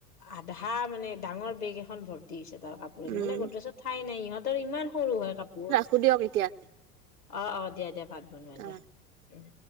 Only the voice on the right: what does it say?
উম
সুধি আহক এতিয়া।
অ